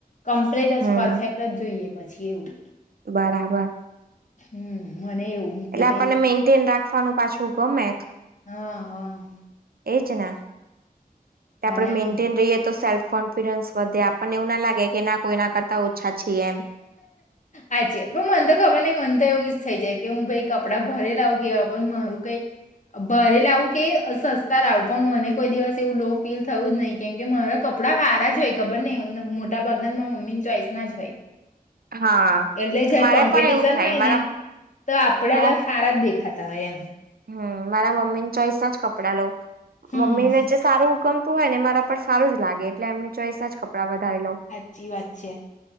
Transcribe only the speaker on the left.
કમ્પ્લેટ
જ પરફેક્ટ જ જોઈએ પછી એવું.
હમ. મને એવું
કે
ભાઈ
હા, હા.
અને
હું
આચી વાત. પણ મન તો ખબર નઈ મન તો એવું જ થઈ જાય. કે હું ભઈ કપડાં ભારે લઉ કેવા. પણ મારું કઈ ભારે લાવું કે સસ્તા લાવું પણ મને કોઈ દિવસ એવું લો ફીલ થયું જ નહી. કેમ કે મારા કપડા સારા જ હોય ખબર નઈ મોટા ભાગના માર મમ્મીની ચોઈસ ના જ હોય.
એટલે જારે
કોમ્પિટિશન
હોય
ને તો આપડે
તો સારા જ દેખા તા એમ.
હમ
સાચી વાત છે.